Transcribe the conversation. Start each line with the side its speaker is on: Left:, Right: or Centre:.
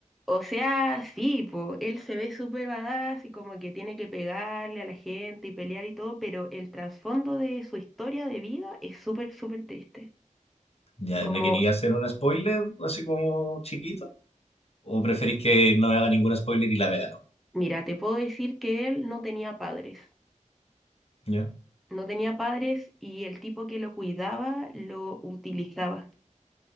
Centre: O sea, sí, po, él se ve súper badass y como que tiene que pegarle a la gente y pelear y todo, pero el trasfondo de su historia de vida es súper, súper triste.
Left: Ya,
Centre: Como,
Left: ¿me quería hacer un spoiler así como chiquito? ¿O preferís que no me haga ningún spoiler y la vea nomás?
Centre: mira, te puedo decir que él no tenía padres.
Left: ¿Ya?
Centre: No tenía padres y el tipo que lo cuidaba lo utilizaba,